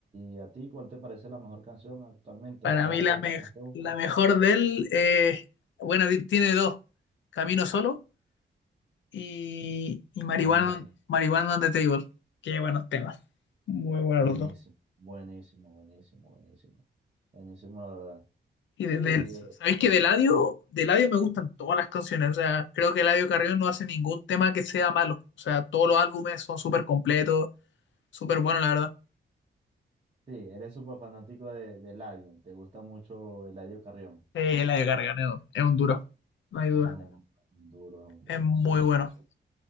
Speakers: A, on the right (about 30°); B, on the left (about 85°).
A: y a ti cuál te parece la mejor canción actualmente
B: Para
A: o cuál
B: mí
A: es la
B: la,
A: que te-
B: me-
A: más te gusta?
B: la mejor de él, eh, bueno, di- tiene dos. Camino Solo y, y Marihuana,
A: Buenísimo,
B: Marihuana on the Table. Qué buenos temas. Muy buenos
A: buenísimo,
B: los dos.
A: buenísimo, buenísimo, buenísimo, buenísimo, la verdad.
B: Y
A: Sí,
B: de, de-
A: eh,
B: ¿sabéis que de Eladio, de Eladio me gustan todas las canciones? O sea, creo que Eladio Carrión no hace ningún tema que sea malo. O sea, todos los álbumes son súper completos, súper buenos, la verdad.
A: sí, eres súper fanático de, de Eladio, te gusta mucho Eladio Carrión.
B: Eh, Eladio Carrión es, es un duro, no hay duda.
A: Es un, du- un duro, es un duro.
B: Es muy
A: Súper,
B: bueno.
A: súper,